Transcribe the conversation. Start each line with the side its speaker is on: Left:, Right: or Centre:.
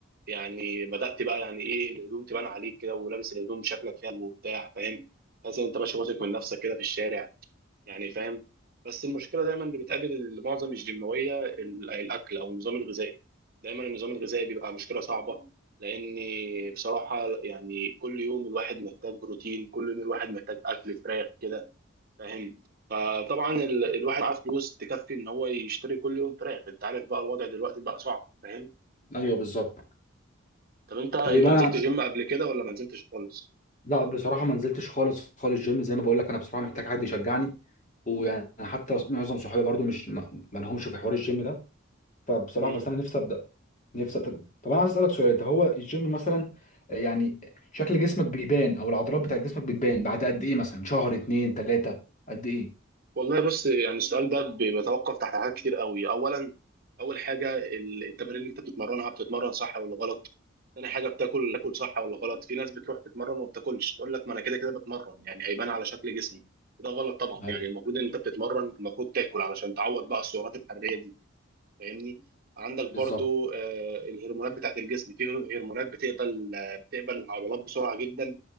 Right: يعني بدأت بقى يعني ايه الهدوم تبان عليك كده ولابس الهدوم شكلك حلو وبتاع فاهم تحس ان انت ماشي واثق من نفسك كده في الشارع يعني فاهم بس المشكله دايما اللي بتقابل معظم الجيماويه ال- الاكل او النظام الغذائي دايما النظام الغذائي بيبقى مشكله صعبه لان بصراحه يعني كل يوم الواحد محتاج بروتين كل يوم الواحد محتاج اكل فراخ كده فاهم فطبعا ال- الواحد معاه فلوس تكفي ان هو يشتري كل يوم فراخ انت عارف بقى الوضع دلوقتي بقى صعب فاهم
Left: ايوه بالظبط
Right: طب انت انت
Left: طيب انا
Right: نزلت جيم قبل كده ولا ما نزلتش خالص
Left: لا بصراحة ما نزلتش خالص خالص جيم زي ما بقول لك انا بصراحة محتاج حد يشجعني ويعني حتى معظم صحابي برضو مش ما ما لهمش في حوار الجيم ده فبصراحة
Right: مم.
Left: بس انا نفسي ابدأ نفسي أبدأ. طب انا عايز اسألك سؤال طب هو الجيم مثلا يعني شكل جسمك بيبان او العضلات بتاع جسمك بتبان بعد قد ايه مثلا شهر اتنين تلاتة قد ايه
Right: والله بص يعني السؤال ده بي- بيتوقف تحت حاجات كتير قوي اولا اول حاجه ال- التمارين اللي انت بتتمرنها بتتمرن صح ولا غلط تاني حاجه بتاكل تاكل صح ولا غلط في ناس بتروح تتمرن وما بتاكلش تقول لك ما انا كده كده بتمرن يعني هيبان على شكل جسمي وده غلط طبعا
Left: ايوه
Right: يعني المفروض ان انت بتتمرن المفروض تاكل علشان تعوض بقى السعرات الحراريه دي فاهمني عندك برضو
Left: بالظبط
Right: آه، الهرمونات بتاعت الجسم في هرمونات بتقبل آه، بتقبل العضلات بسرعة جدا